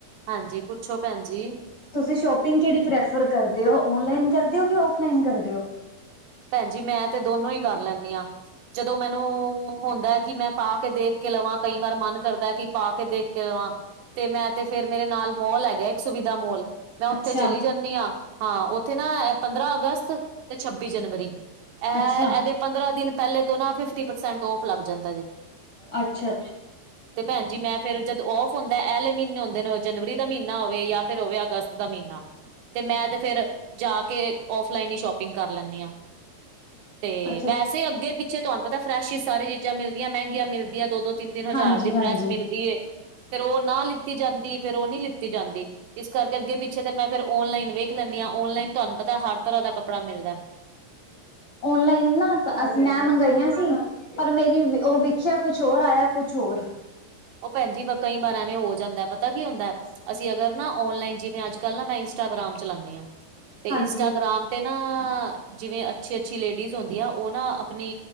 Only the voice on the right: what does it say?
ਹਾਂਜੀ ਪੁੱਛੋ ਭੈਣ ਜੀ,
ਭੈਣਜੀ ਮੈਂ ਤੇ ਦੋਨੋ ਹੀ ਕਰ ਲੈਂਦੀ ਹਾਂ ਜਦੋਂ ਮੈਨੂੰ ਹੁੰਦਾ ਕਿ ਮੈਂ ਪਾ ਕੇ ਦੇਖ ਕੇ ਲਵਾਂ ਕਈ ਵਾਰ ਮਨ ਕਰਦਾ ਕਿ ਪਾ ਕੇ ਦੇਖ ਕੇ ਲਵਾਂ ਤੇ ਮੈਂ ਤੇ ਫੇਰ ਮੇਰੇ ਨਾਲ ਮੋਲ ਹੈਗਾ ਇੱਕ ਸੁਵਿਧਾ ਮੋਲ ਮੈਂ ਉੱਥੇ
ਚਲੀ ਜਾਂਦੀ ਹਾਂ ਹਾਂ ਉੱਥੇ ਨਾ ਪੰਦਰਾਂ ਅਗਸਤ ਤੇ ਛੱਬੀ ਜਨਵਰੀ ਇਹ
ਇਹਦੇ ਪੰਦਰਾਂ ਦਿਨ ਪਹਿਲੇ ਤੋਂ ਨਾ ਫਿਫਟੀ ਪਰਸੈਂਟ ਔਫ ਲੱਗ ਜਾਂਦਾ ਜੇ
ਤੇ ਭੈਣ ਜੀ ਮੈਂ ਫਿਰ ਜਦੋਂ ਔਫ ਹੁੰਦਾ ਇਹਹਿਲੇ ਮਹੀਨੇ ਹੁੰਦੇ ਨੇ ਜਨਵਰੀ ਦਾ ਮਹੀਨਾ ਹੋਵੇ ਜਾਂ ਫਿਰ ਹੋਵੇ ਅਗਸਤ ਦਾ ਮਹੀਨਾ ਤੇ ਮੈਂ ਤੇ ਫਿਰ ਜਾ ਕੇ ਫਲਾਈਨ ਹੀ ਸ਼ੋਪਿੰਗ ਕਰ ਲੈਂਦੀ ਹਾਂ ਤੇ
ਵੈਸੇ
ਅੱਗੇ ਪਿੱਛੇ ਤੁਹਾਨੂੰ ਪਤਾ ਫਰੈਸ਼ ਹੀ ਸਾਰੇ ਚੀਜ਼ਾਂ ਮਿਲਦੀਆਂ ਮਹਿੰਗੀਆਂ ਮਿਲਦੀਆਂ ਦੋ ਦੋ ਤਿੰਨ ਤਿੰਨ ਹਜ਼ਾਰ
ਦੀ
ਡਰੈਸ ਮਿਲਦੀ ਏ ਫੇਰ ਉਹ ਨਾ ਲਿੱਤੀ ਜਾਂਦੀ ਫੇਰ ਉਹ ਨਹੀਂੀ ਲਿੱਤੀ ਜਾਂਦੀ ਇਸ ਕਰਕੇ ਅੱਗੇ ਪਿੱਛੇ ਤੇ ਮੈਂ ਫਿਰ ਔਨਲਾਈਨ ਵੇਖ ਲੈਂਦੀ ਹਾਂ ਔਨਲਾਈਨ ਤੁਹਾਨੂੰ ਪਤਾ ਹਰ ਤਰ੍ਹਾਂ ਦਾ ਕੱਪੜਾ ਮਿਲਦਾ
ਉਹ ਭੈਣਜੀ ਬ ਕਈ ਬਾਰਾਂਵੇਂ ਹੋ ਜਾਂਦਾ ਪਤਾ ਕੀ ਹੁੰਦਾ ਅਸੀਂ ਅਗਰ ਨਾ ਓਨਲਾਈਨ ਜਿਵੇਂ ਅੱਜ ਕੱਲ੍ਹ ਨਾ ਮੈਂ ਇੰਸਟਾਗ੍ਰਾਮ ਚਲਾਉਾਨਦੇ ਆਾਂ ਤੇ
ਇੰਸਟਾਗ੍ਰਾਮ ਤੇ ਨਾ, ਜਿਵੇਂ ਅੱਛੀ-ਅੱਛੀ ਲੇਡੀਜ਼ ਹੁੰਦੀ ਆ ਉਹ ਨਾ ਆਪਣੀ